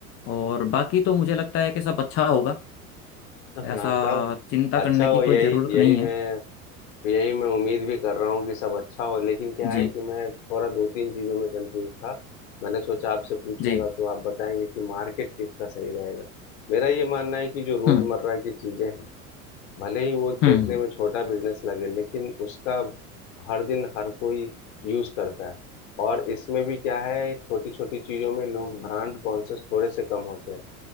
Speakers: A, on the left; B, on the left.
A: और बाकी तो मुझे लगता है कि सब अच्छा होगा
B: हम्म।
A: ऐसा
B: हाँ तब
A: चिंता
B: अच्छा
A: करने
B: हो
A: की कोई
B: यही
A: ज़रूरत
B: यही
A: नहीं
B: मैं
A: है
B: यही मैं उम्मीद भी कर रहा हूँ कि सब अच्छा हो लेकिन क्या
A: जी
B: है कि मैं थोड़ा दो तीन चीज़ों में कंफ्यूज था मैंने सोचा आपसे पूछूंगा
A: जी
B: तो आप बताएंगे कि मार्केट किसका सही रहेगा मेरा ये मानना है कि जो रोजमर्रा
A: हम्म
B: की चीजें हैं भले ही वो
A: हम्म
B: देखने
A: हम्म
B: में छोटा बिजनेस लगे लेकिन उसका हर दिन हर कोई यूज करता है और इसमें भी क्या है छोटी छोटी चीजों में लोग ब्रांड कॉन्शियस थोड़े से कम होते हैं